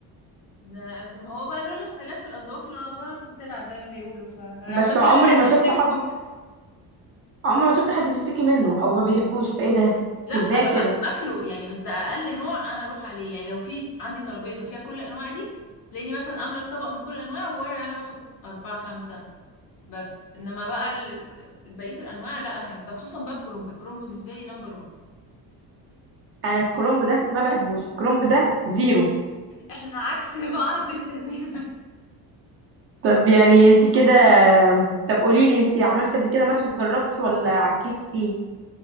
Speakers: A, on the left (about 60°); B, on the right (about 35°).
A: ده ما هو بقى لولا اختلاف الاذواق لبارت السلع زي ما بيقولوا فعشان
B: بس عمري
A: يلا حد
B: ما
A: يشتري
B: شفت حد
A: الكوسه
B: عمري ما شفت حد بيشتكي منه او ما بيحبوش فايه ده
A: لا انا
B: ازاي كده
A: باك- باكله يعني بس ده اقل نوع انا اروح عليه يعني لو في عندي ترابيزه فيها كل الانواع دي تلاقيني مثلا املى الطبق من كل الانواع وورق انا باخد اربعه خمسه بس انما بقى ال- بقيه الانواع لا انا احبها خصوصا بقى الكرنب الكرنب بالنسبه لي نمبر 1
B: انا الكرنب ده ما بحبوش الكرنب ده زيرو
A: احنا عكس بعض <laughs> تماما
B: طب يعني انت كده طب قولي لي انت عملتي قبل كده محشي جربتي ولا عكيتي فيه